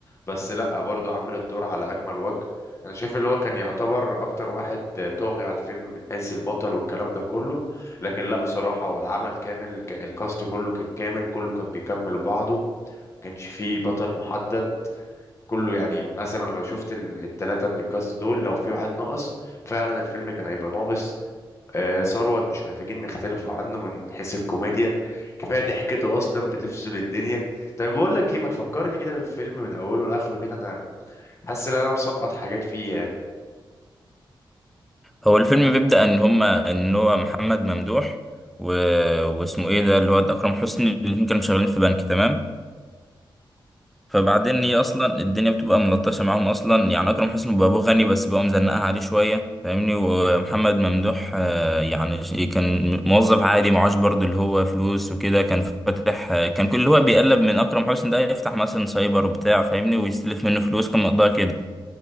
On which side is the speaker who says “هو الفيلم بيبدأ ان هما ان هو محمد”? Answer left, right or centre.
Centre